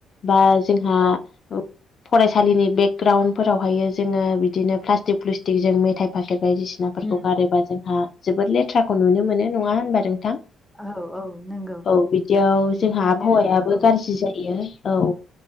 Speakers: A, on the left; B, in the centre.
A: बा जोंहा
B: औ
A: फरायसालिनि बेकग्राउड फोरावहायो जोंङो बिदिनो प्लास्टिक प्लुस्टिक जों मेथाइ फाखथाय बायदिसि सिनाफोरखौ
B: उम
A: गारोबा
B: उम
A: जोंहा जोबोद लेथ्राखौ नुनो मोनो नङा होनबा नोंथां?
B: औ औ नंगौ
A: औ बिदियाव
B: बिनिखायनो
A: जोंहा आबहावायाबो
B: औ
A: गाज्रि जायो औ।